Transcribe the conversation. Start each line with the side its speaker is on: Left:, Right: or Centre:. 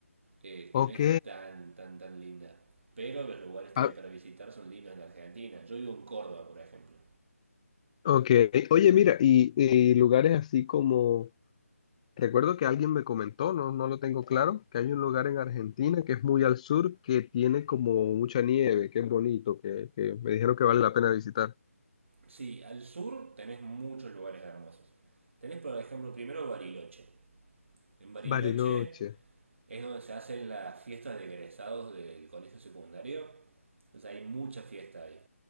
Right: eh, que
Left: ok.
Right: no es tan, tan, tan linda. Pero los lugares que
Left: Ah,
Right: hay para visitar son lindos en Argentina. Yo vivo en Córdoba, por ejemplo.
Left: ok. Oye, mira, y, y lugares así como, recuerdo que alguien me comentó, no, no lo tengo claro, que hay un lugar en Argentina que es muy al sur, que tiene como mucha nieve, que es bonito, que, que me dijeron que vale la pena visitar.
Right: Sí, al sur tenés muchos lugares hermosos. Tenés, por ejemplo, primero Bariloche. En Bariloche
Left: Bariloche.
Right: es donde se hacen las fiestas de egresados del colegio secundario. Entonces hay mucha fiesta ahí.